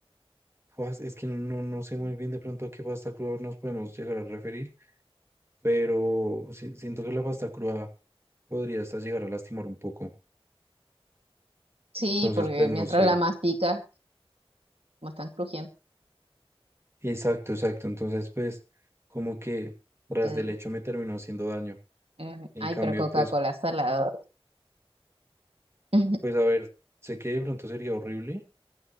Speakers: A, on the right; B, on the right.
A: Pues, es que no, no sé muy bien de pronto a qué pasta cruda nos podemos llegar a referir, pero si- siento que la pasta cruda podría hasta llegar a lastimar un poco.
B: Sí,
A: Entonces,
B: porque
A: pues
B: mientras
A: no sé.
B: la masticas, no están crujientes.
A: Exacto, exacto. Entonces, pues como que tras
B: Ay,
A: del hecho me terminó haciendo daño.
B: ujú.
A: En
B: Ay,
A: cambio,
B: pero Coca-Cola
A: pues,
B: salada. <laughs>
A: pues a ver, sé que de pronto sería horrible,